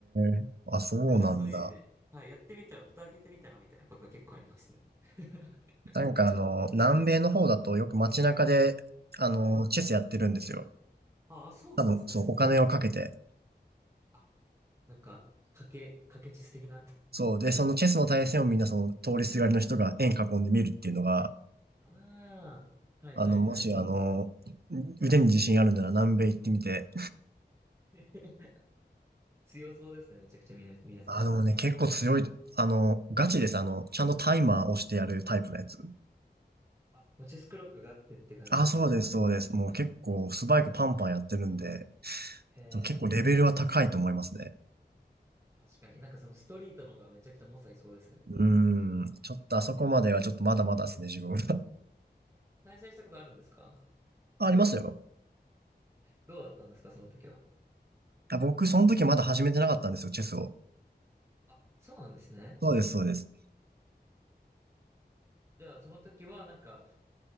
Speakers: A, on the right (about 65°); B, on the right (about 15°).
A: え。あ、そうなんだ。
B: なんかそういう意味で、はい、やってみたら、蓋開けてみたらみたいなことは結構ありますね。<laughs>
A: なんかあの、南米の方だとよく街中で、あの、
B: はい。
A: チェスやってるんですよ。
B: ああ、そうなんですね。
A: 多分、そう、お金をかけて。
B: あ、なんか、賭け、賭けチェス的な。
A: そう。で、そのチェスの対戦をみんなその通りすがりの人が円囲んで見るっていうのが、
B: ああ、はいはいはい。
A: あの、もしあの、腕に自信あるなら南米行ってみて。
B: <laughs> 強そうですね、めちゃくちゃみな、皆さん。
A: あのね、結構強い、あの、ガチです。あの、ちゃんとタイマー押してやるタイプのやつ。
B: あ、もうチェスクロックがあってって感じなんですね。
A: あ、そうです、そうです。もう結構スパイクパンパンやってるんで、
B: へえ、
A: でも結構レベルは高いと思いますね。
B: 確かに。なんかそのストリートの方がめちゃくちゃ猛者いそうですね。
A: うーん。ちょっとあそこまではちょっとまだまだですね、自分。
B: 対戦したことあるんですか
A: <laughs> あ、ありますよ。
B: どうだったんですかその時は。
A: あ、僕、その時まだ始めてなかったんですよ、チェスを。
B: あ、そうなんですね。
A: そうです、そうです。
B: じゃあその時はなんか、